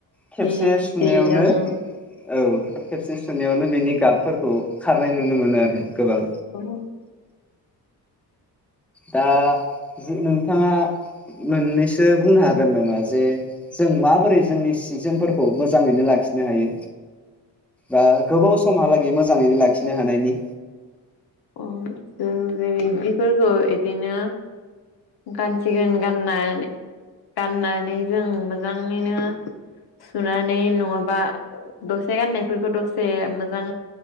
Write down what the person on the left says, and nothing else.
जि जि
लोङो
औ
अ ज जदिफोरखौ बिदिनो <unintelligible> गानसिगोन गाननानै गाननानै जों मोजाङैनो सुनानै नङाबा दसे गाननायफोरखौ दसे मोजां